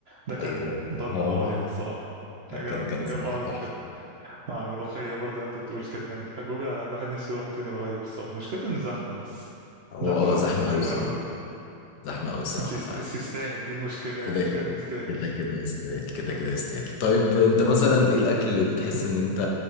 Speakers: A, on the right; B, on the left.
A: ده كان
B: ايوه
A: ضرب
B: اه
A: نار يعني الصراحه
B: كان
A: جاب
B: كان كان
A: جاب
B: صراحة
A: ارض
B: تحفة
A: كده مع الملوخية برضه زي ما انت بتقول كده يعني حجوجة الواحد نفسه يروح تاني قريب الصراحة مشكلته انه زحمة بس
B: هو
A: زحمة
B: هو
A: بس
B: زحمة
A: حلو
B: قوي الصراحة
A: قوي
B: زحمة أوي الصراحة
A: بس يس-
B: فعلا
A: بس يستاهل دي المشكلة يعني
B: كده
A: المشكلة انه يستاهل
B: كده كده يستاهل كده كده يستاهل طيب أنت مثلا إيه الأكل اللي بتحس
A: مم.
B: إن أنت